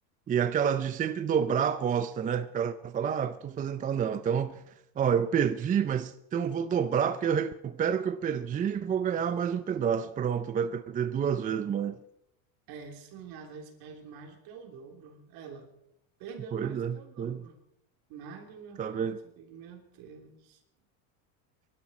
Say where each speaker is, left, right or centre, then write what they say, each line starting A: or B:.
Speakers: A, on the right; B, on the right.
A: e aquela de sempre dobrar a aposta, né? O cara fala, ah, estou fazendo tal, não. Então, ó, eu perdi, mas então vou dobrar porque eu recupero o que eu perdi e vou ganhar mais um pedaço. Pronto, vai perder duas vezes mais.
B: É, sim, às vezes perde mais do que o dobro. Ela perdeu
A: Pois
B: mais do
A: é,
B: que o dobro.
A: pois, é,
B: Mais de mil
A: tá
B: reais.
A: vendo?
B: Eu digo, meu Deus.